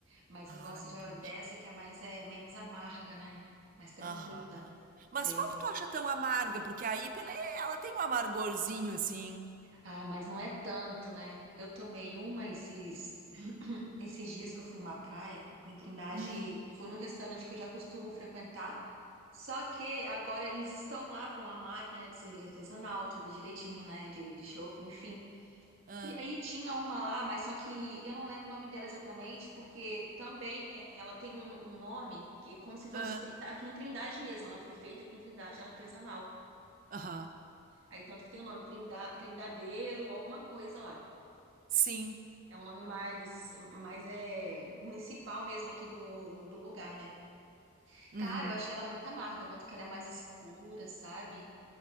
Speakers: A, on the right; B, on the right.
A: Mas
B: Ah,
A: eu gosto
B: entendi.
A: de dessa que é mais é menos amarga, né? Mais tranquila.
B: Aham. Mas
A: Tem
B: qual
A: um...
B: que tu acha tão amarga? Porque a IPA, ela, é- ela tem um amargorzinho, assim.
A: Ah, mas não é tanto, né? Eu tomei uma esses <clears throat> esses dias que eu fui numa praia, fui em Trindade,
B: Hum,
A: fui num restaurante que eu já costumo frequentar. Só que agora eles estão lá com a máquina, né, de cerveja artesanal, tudo direitinho, né? De, de chopp, enfim.
B: ah,
A: E aí tinha uma lá, mas só que eu não lembro o nome dela exatamente, porque também é, ela tem um, um nome que é como se fosse
B: ah,
A: feita aqui em Trindade mesmo. Ela foi feita aqui em Trindade, ela é artesanal.
B: aham.
A: Aí tanto que tem o nome Trinda, Trindadeiro, alguma coisa lá.
B: Sim.
A: É um nome mais, mais é municipal mesmo aqui do, do lugar, né?
B: Uhum.
A: Cara, eu achei ela muito amarga, tanto que ela é mais escura, sabe?